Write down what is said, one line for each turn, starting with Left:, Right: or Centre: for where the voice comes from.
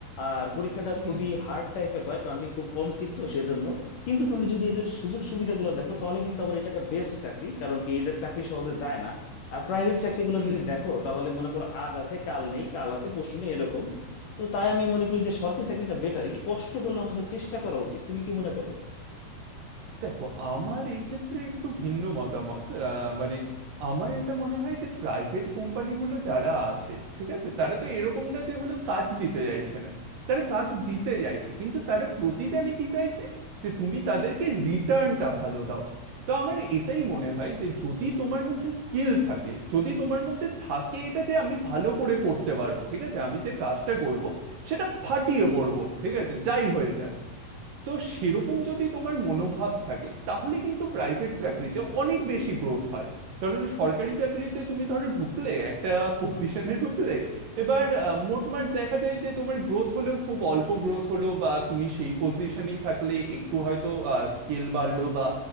Left: আর পরীক্ষাটা
Right: হুম
Left: খুবই হার্ড টাইপের হয় কারণ কি খুব কম সিট তো সেজন্য কিন্তু তুমি যদি এদের সুযোগ সুবিধাগুলো দেখো তাহলে কিন্তু আবার এটা একটা বেস্ট চাকরি কারণ কি এদের চাকরি সহজে যায় না আর প্রাইভেট চাকরিগুলো
Right: হুম
Left: যদি দেখো তাহলে মনে করো আজ আছে কাল নেই কাল আছে পরশু নেই এরকম তো তাই আমি মনে করি যে সরকারি চাকরিটা বেটার একটু কষ্ট হলেও আমাদের চেষ্টা করা উচিত তুমি কি মনে করো
Right: দেখো আমার এই ক্ষেত্রে একটু ভিন্ন মতামত আহ, মানে আমার এটা মনে হয় যে প্রাইভেট কোম্পানিগুলো যারা আছে ঠিক আছে তারা তো এরকম না যে হলো কাজ দিতে চাইছে না তারা কাজ দিতে চাইছে কিন্তু তারা প্রতিদানে কি চাইছে যে তুমি তাদেরকে রিটার্নটা ভালো দাও তো আমার এটাই মনে হয় যে যদি তোমার মধ্যে স্কিল থাকে যদি তোমার মধ্যে থাকে এটা যে আমি ভালো করে করতে পারবো ঠিক আছে আমি যে কাজটা করব সেটা ফাটিয়ে করব ঠিক আছে যাই হয়ে যাক তো সেরকম যদি তোমার মনোভাব থাকে তাহলে কিন্তু প্রাইভেট চাকরিতে অনেক বেশি গ্রোথ হয় কারণ সরকারি চাকরিতে তুমি ধরো ঢুকলে একটা পজিশনে ঢুকলে এবার আহ, মোটমাট দেখা যায় যে তোমার গ্রোথ হলেও খুব অল্প গ্রোথ হলো বা তুমি সেই পজিশনেই থাকলে একটু হয়তো স্কেল বাড়লো বা